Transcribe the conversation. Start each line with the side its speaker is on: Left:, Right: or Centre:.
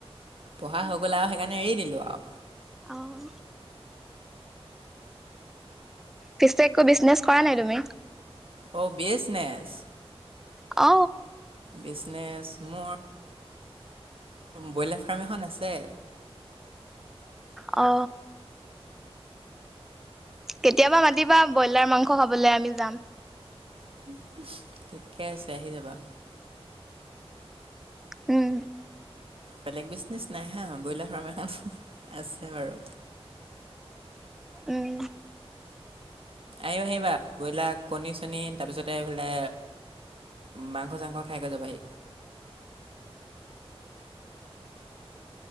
Right: পঢ়া হৈ গ'ল আৰু সেইকাৰণে এৰি দিলো আও।
Centre: অঁ। পিছে একো বিজনেছ কৰা নাই তুমি?
Right: অ, বিচনেচ?
Centre: অ,
Right: বিজনেছ মোৰ, ব্ৰইলাৰ ফাৰ্ম এখন আছে।
Centre: অ, কেতিয়াবা মাতিবা ব্ৰইলাৰ মাংস খাবলে আমি যাম।
Right: <unintelligible> ঠিকে আছে আহি যাবা।
Centre: উম'।
Right: বেলেগ বিজনেচ নাই হা, ব্ৰইলাৰ ফাৰ্ম এখন আছে বাৰু।
Centre: উম
Right: আহিবা আহিবা ব্ৰইলাৰ কণী চণী তাৰপিছতে এইফালে মাংস চাংস খাই কৈ যাবাহি।